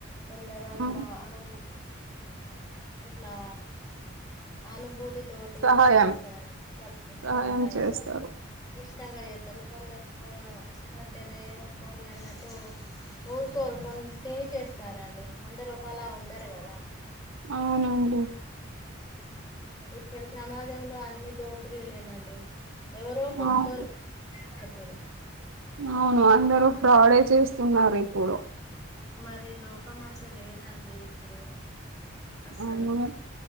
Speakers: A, on the left; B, on the right.
A: కొందరు అనుభ
B: ఆ
A: అను ఇట్లా అనుభూతి తోటి
B: సహాయం
A: ఇట్లా చేస్తారండి చె
B: సహాయం
A: సహాయంగా
B: చేస్తారు
A: ఇష్టంగా చేత్తరు కొందరు ఆ మధ్యన ఏమో పోని అన్నట్టు ఊరుకో ఊర్కొని తిని చేస్తారండి అందరు అలా ఉండరు కదా
B: అవునండి
A: ఇప్పుడు సమాజంలో అన్ని దోపిడీలేనండి ఎవరో కొందరు
B: అవును
A: ఏపడతరు
B: అవును అందరూ ఫ్రాడే చేస్తున్నారు ఇప్పుడు
A: మరి లోకం మంచిగ లేదండి ఇప్పుడు అస్సలు
B: అవును